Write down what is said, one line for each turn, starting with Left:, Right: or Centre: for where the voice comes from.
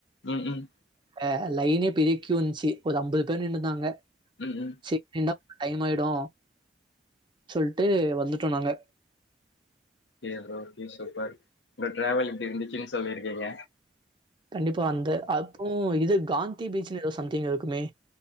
Left: ம் ம்
Right: அ லைனே பிரிக்கி வந்துச்சு ஒரு ஐம்பது பேர் நின்னுந்தாங்க
Left: ம் ம்
Right: சேரி நின்னா டைமாயிடு சொல்ட்டு வந்துட்டோ நாங்க
Left: ஓகே ப்ரோ சூப்பர் உங்க டிராவல் எப்படி இருந்தது சொல்லிருக்கீங்க
Right: கண்டிப்பா அந்த அப்றோ இது காந்தி பீச்ன்னு ஏதோ சம்திங் இருக்குமே